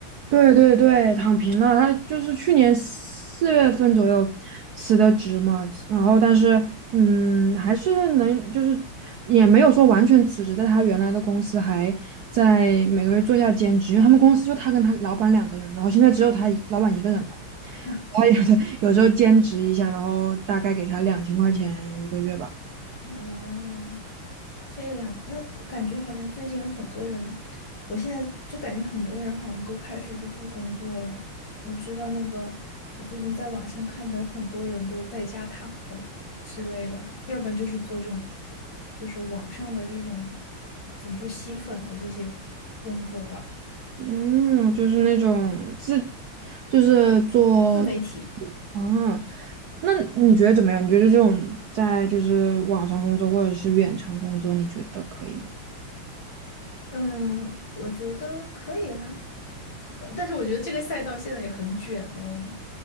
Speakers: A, on the right; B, on the left.
A: 对对对，躺平了。他就是去年四月份左右辞的职嘛，然后但是嗯，还是能就是也没有说完全辞职，在他原来的公司还在每个月做一下兼职，因为他们公司就他跟他老板两个人，然后现在只有他一老板一个人了。
B: <laughs>
A: <laughs> 他有的有时候兼职一下，然后大概给他两千块钱一个月吧。
B: 嗯，这个样子，那感觉好像最近有很多人，我现在就感觉很多人好像都开始就不工作了。你知道那个，我最近在网上看的，很多人都在家躺着之类的，要不然就是做这种，就是网上的这种，怎么说吸粉的这些工作吧，
A: 嗯，就是那种自，就是做，
B: 自媒体。
A: 嗯，那你觉得怎么样？你觉得这种在就是网上工作或者是远程工作，你觉得可以吗？
B: 嗯，我觉得可以啊，对但是我觉得这个赛道现在也很卷哦，